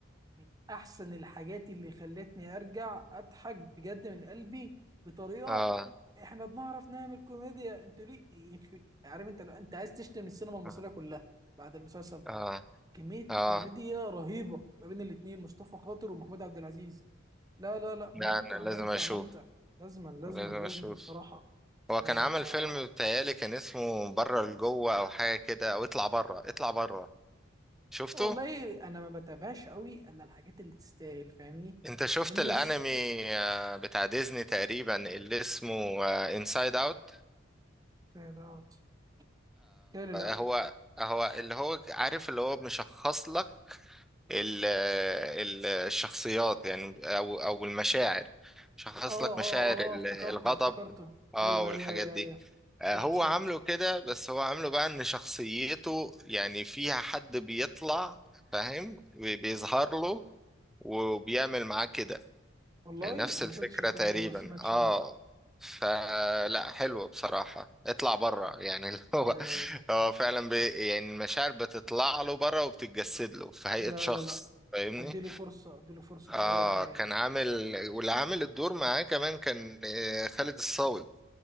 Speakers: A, on the right; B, in the centre.
A: من احسن الحاجات اللي خلتني ارجع اضحك بجد من قلبي بطريقه
B: آه
A: احنا بنعرف نعمل كوميديا انتوا ليه يخ- عارف انت لو انت عايز تشتم السينما المصريه
B: آه
A: كلها بعد المسلسل ده
B: آه
A: كمية
B: آه
A: كوميديا رهيبة ما بين الاتنين مصطفى خاطر ومحمود عبد العزيز لا لا لا
B: لا
A: ممتع
B: أنا لازم
A: ممتع
B: أشوف
A: ممتع لازما لازما
B: لازم
A: لازما
B: أشوف
A: صراحة
B: هو
A: آه
B: كان عمل فيلم بتهيألي كان اسمه بره لجوه أو حاجة كده أو اطلع بره اطلع بره شفته؟
A: والله أنا ما بتابعش قوي إلا الحاجات اللي تستاهل فاهمني
B: انت شفت
A: الناس
B: الانمي آه، بتاع ديزني تقريبا اللي اسمه انسايد اوت
A: فعلاوت. تالي لا
B: هو هو اللي هو عارف اللي هو مشخص لك ال- ال- الشخصيات يعني او او المشاعر شخص
A: اه
B: لك
A: اه
B: مشاعر
A: اه
B: ال-
A: اه افتكرته
B: الغضب
A: افتكرته
B: اه
A: ايوه
B: والحاجات
A: ايوه ايوه
B: دي
A: ايوه
B: آه،
A: شفت
B: هو
A: شفت
B: عامله كده بس هو عامله بقى ان شخصيته يعني فيها حد بيطلع فاهم بي- بيظهر له وبيعمل معاه كده
A: والله
B: يعني نفس
A: انا
B: الفكرة
A: ما شفتش الفيلم
B: تقريبا
A: ده ما سمعتش
B: اه
A: عنه
B: فلا حلو بصراحة اطلع بره يعني اللي هو
A: آه
B: هو فعلا بي يعني المشاعر بتطلع له بره وبتتجسد له في هيئة
A: لا
B: شخص
A: لا لا
B: فاهمني
A: اديله فرصة اديله فرصة
B: اه
A: قوية كمان
B: كان عامل واللي عامل الدور معاه كمان كان آه، خالد الصاوي